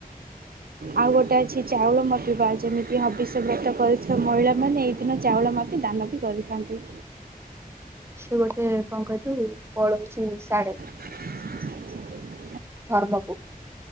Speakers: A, on the right; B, on the right.
A: ଆଉ ଗୋଟେ ଅଛି ଚାଉଳ ମାପିବା ଯେମିତି ହବିଷ୍ୟ ବାତ କରିଥିବା ମହିଳାମାନେ ଏଇ ଦିନ ଚାଉଳ ମାପି ଦାନ ବି କରିଥାନ୍ତି।
B: ସେ ଗୋଟେ କଣ କହିହଠୁ ପଳଉଛି ସାଢରେ।
A: <inaudible>
B: ଧର୍ମକୁୁ।